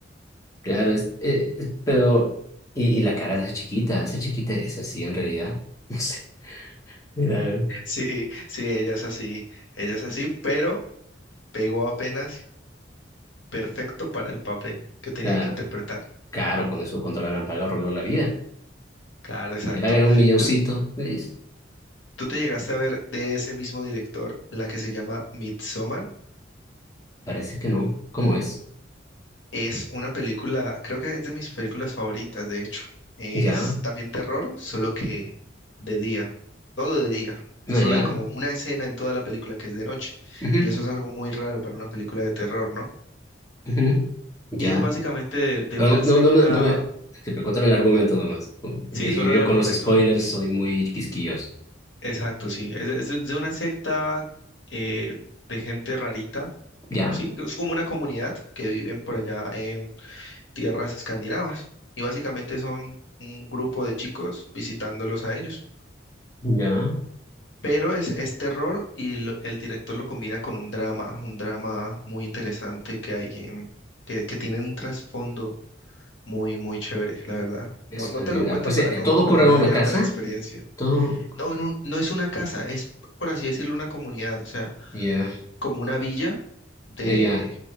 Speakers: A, on the left; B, on the left.
A: claro, es, eh, eh, pero, y, y la cara de esa chiquita, esa chiquita es así en realidad, <laughs> no sé, mira,
B: <laughs> Sí, sí, ella es así, ella es así, pero pegó apenas perfecto para el papel que tenía
A: claro,
B: que interpretar.
A: caro con eso, cuánto le habrán pagado, roló la vida,
B: Claro, exacto.
A: y le pagan un milloncito,
B: ¿Tú,
A: listo,
B: tú te llegaste a ver de ese mismo director, la que se llama Midsommar?
A: parece que no, ¿cómo es?
B: Es una película, creo que es de mis películas favoritas, de hecho. Es
A: Ya,
B: también terror, solo que de día, todo de día.
A: no,
B: Solo
A: ya,
B: hay como una escena en toda la película que es de noche.
A: ujú,
B: Y eso es algo muy raro para una película de terror, ¿no?
A: ujú, ya.
B: Y es básicamente de, de
A: Pero
B: una
A: no,
B: secta,
A: no, no me, no me- que- pero cuéntame el argumento nomás, ¿no? porque
B: sí, solo
A: yo, yo
B: el argumento,
A: con los spoilers soy muy quisquilloso.
B: Exacto, sí. Es, es de de una secta eh, de gente rarita,
A: Ya,
B: sí, que es como una comunidad que viven por allá en tierras escandinavas. Y básicamente son un grupo de chicos visitándolos a ellos.
A: ya.
B: Pero es, es terror y lo- el director lo combina con un drama, un drama muy interesante que hay en, que, que tiene un trasfondo muy, muy chévere, la verdad. No,
A: Escandinavia.
B: no te lo cuento
A: O sea,
B: para no,
A: todo ocurre
B: para
A: en
B: no
A: una
B: dañarte
A: casa.
B: la experiencia.
A: Todo.
B: No, en un- no es una casa, es por así decirlo, una comunidad. O sea,
A: Ya,
B: como una villa de
A: ah, ya,